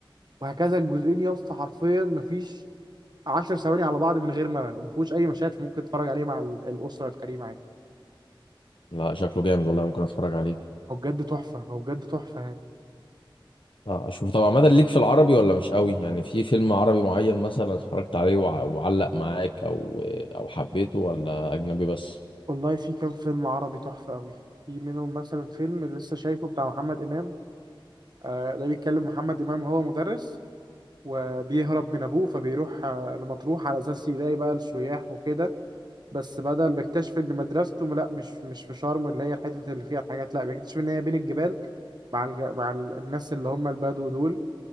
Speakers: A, on the right; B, on the left.
A: وهكذا الجزئين يا اسطى حرفيا مفيش 10 ثواني على بعض من غير ملل ما فيهوش اي مشاهد ممكن تتفرج عليه مع ال- الاسره الكريمه عادي
B: لا شكله جامد والله ممكن اتفرج عليه
A: هو بجد تحفه هو بجد تحفه يعني
B: اه اشوف طبعا عامه ليك في العربي ولا مش قوي يعني في فيلم عربي معين مثلا اتفرجت عليه وع- وعلق معاك او او حبيته ولا اجنبي بس
A: والله في كام فيلم عربي تحفه قوي في منهم مثلا فيلم اللي لسه شايفه بتاع محمد امام آه ده بيتكلم محمد امام هو مدرس وبيهرب من ابوه فبيروح آه لمطروح على اساس يلاقي بقى السياح وكده بس بدل بيكتشف ان مدرسته لا مش مش في شرم اللي هي الحته اللي فيها الحاجات لا بيكتشف ان هي بين الجبال مع الج... مع ال- الناس اللي هم البدو دول